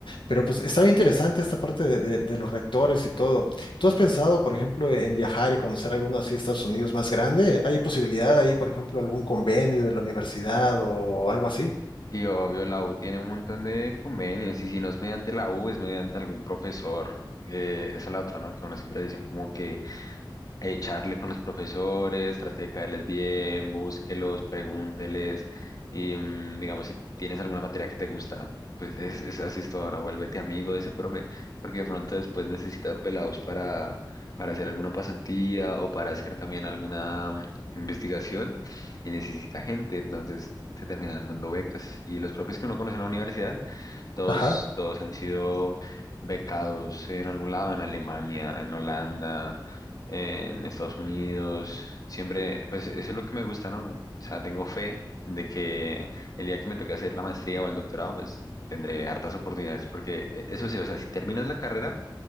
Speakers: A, on the left; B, on the left.
A: Pero pues está bien interesante esta parte de, de- de los reactores y todo. ¿Tú has pensado, por ejemplo, en viajar y conocer alguno así de Estados Unidos más grande? ¿Hay posibilidad ahí, por ejemplo, algún convenio de la universidad o algo así?
B: Sí, obvio, la U tiene un montón de convenios y si no es mediante la U, es mediante algún profesor. Eh, esa es la otra, ¿no? Que uno siempre dicen como que eh, charle con los profesores, trate de caerles bien, búsquelos, pregúnteles y mm, digamos si tienes alguna materia que te gusta, pues es, es así es todo, ¿no? Vuélvete amigo de ese profe, porque de pronto después necesitas pelados para, para hacer alguna pasantía o para hacer también alguna mm, investigación y necesita gente, entonces te terminan dando becas y los profes que uno conoce en la universidad todos,
A: Ajá.
B: todos han sido becados en algún lado, en Alemania, en Holanda, en Estados Unidos. Siempre, pues eso es lo que me gusta, ¿no? O sea, tengo fe de que el día que me toque hacer la maestría o el doctorado, pues tendré hartas oportunidades, porque eh, eso sí, o sea, si terminas la carrera